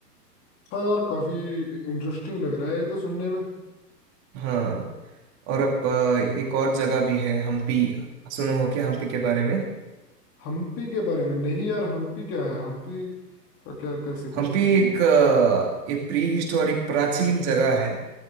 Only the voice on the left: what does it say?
अच्छा यार काफी इंटरेस्टिंग लग रहा है ये तो सुनने में
हम्पी के बारे में नहीं यार हम्पी क्या है हम्पी का क्या कैसे क्या
सीन